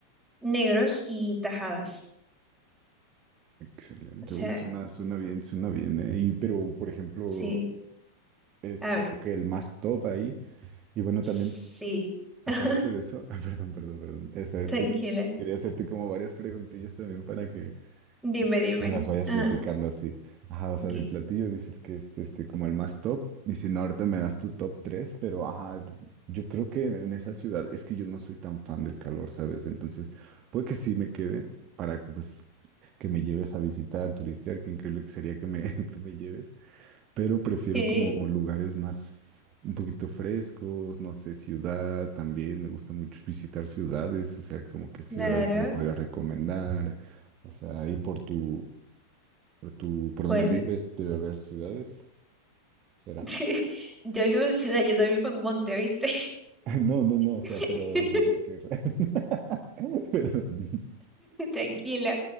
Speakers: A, in the centre; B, on the right (about 35°).
A: negros y tajadas.
B: Excelente.
A: O sea,
B: Uy, suena, suena bien, suena bien, ¿eh? Y, pero, por ejemplo,
A: sí.
B: es
A: A
B: como
A: ver,
B: que el más top ahí. Y bueno,
A: sí.
B: también Aparte
A: <laughs>
B: de eso, <laughs> ah, perdón, perdón, perdón. Esa es
A: Tranquila.
B: que quería hacerte como varias preguntillas también para que
A: Dime, dime.
B: me las vayas
A: Ajá.
B: platicando así. Ajá, o sea,
A: ok.
B: del platillo dices que es este como el más top. Y si no, ahorita me das tu top 3, pero ajá, yo creo que en esa ciudad es que yo no soy tan fan del calor, ¿sabes? Entonces, puede que sí me quede para que pues que me lleves a visitar, turistear, qué increíble que sería que me <laughs> tú me lleves pero prefiero
A: Sí,
B: como lugares más f- un poquito frescos, no sé, ciudad también, me gusta mucho visitar ciudades, o sea, como qué ciudades
A: claro.
B: me podría recomendar, o sea, ahí por tu, por tu, por
A: Bueno,
B: donde vives debe haber ciudades, ¿será?
A: <laughs> yo vivo en ciudad, yo no vivo en monte, ¿viste?
B: <laughs> No, no, no,
A: <laughs>
B: o sea, pero de qué... re- <laughs> Perdón.
A: Tranquilo.